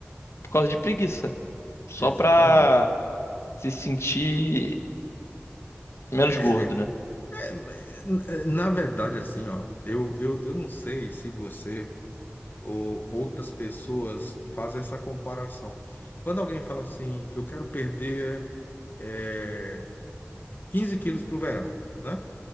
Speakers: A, on the left; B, on the left.
A: por causa de preguiça, só
B: Exatamente.
A: pra se sentir menos
B: É,
A: gordo, né?
B: é, é, na verdade, assim, ó, eu, eu, eu não sei se você ou outras pessoas fazem essa comparação. Quando alguém fala assim, eu quero perder eh, 15 quilos para o verão, né?